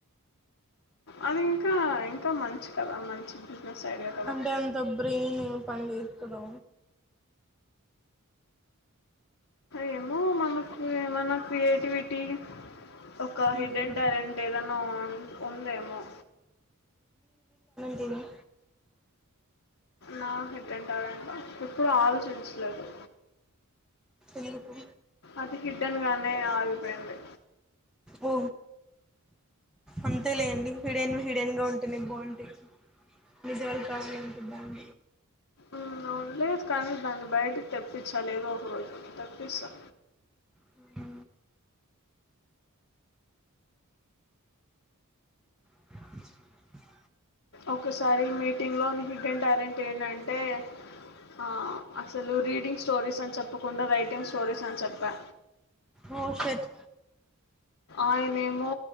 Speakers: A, on the left (about 60°); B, in the centre.
A: అది ఇంకా ఇంకా మంచి కదా మంచి బిజినెస్ ఐడియా కదా
B: అంటే అంత బ్రెయిన్ పని చేత్తుదా
A: ఏమో మనకు ఏమోనా క్రియేటివిటీ ఒక
B: ఉమ్
A: హిడెన్ టాలెంట్ ఏదన్నా ఉందేమో
B: టిని
A: నా హిడెన్ టాలెంటా ఎప్పుడు ఆలోచించలేదు
B: ఎందుకు
A: అది హిడ్డన్గానే ఆల్ పొయింది
B: ఓ అన్ తె లేండి హిడెన్ హిడెన్గా ఉంటేనే బావుంటాయి నిసెవాలు కావాలి అంటే బా <inaudible>
A: ఉమ్ అవునులే కానీ దాన్ని బయటికి తెప్పిచ్చాలి ఏదో ఒక రోజుకి తెప్పిస్తా
B: ఉ అ <inaudible>
A: ఒకసారి మీటింగ్ లో నీ హిడెన్ టాలెంట్ ఏంటంటే ఆ అసలు రీడింగ్ స్టోరీస్ అని చెప్పకుండా రైటింగ్ స్టోరీస్ అని చెప్పా
B: ఓ షట్
A: ఆయనేమో